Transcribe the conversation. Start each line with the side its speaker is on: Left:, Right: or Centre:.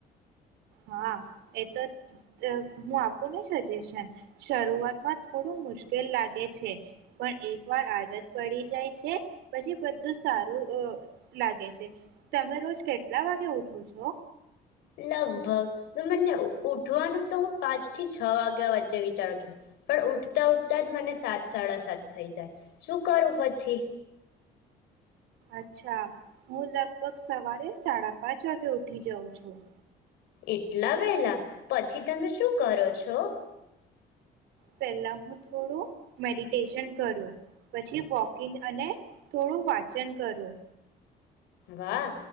Right: હા એ તો હું આપું ને સજેશન શરૂઆતમાં થોડું મુશ્કેલ લાગે છે પણ એક વાર આદત પડી જાય છે પછી બધું સારું લાગે છે તમે રોજ કેટલા વાગે ઉઠો છો.
Left: લગભગ તો મને ઉઠવાનું તો હું પાંચ થી છ વાગ્યા વચ્ચે વિચારું છું પણ ઉઠતા ઉઠતા જ મને સાત સાડા સાત થઈ જાય શું કરું પછી.
Right: અચ્છા હું લગભગ સવારે સાડા પાંચ વાગે ઉઠી જાઉં છું.
Left: એટલા વેલા પછી તમે શું કરો છો.
Right: પહેલા હું થોડું મેડિટેશન કરું પછી વોકિંગ અને થોડું વાચન કરું.
Left: વાહ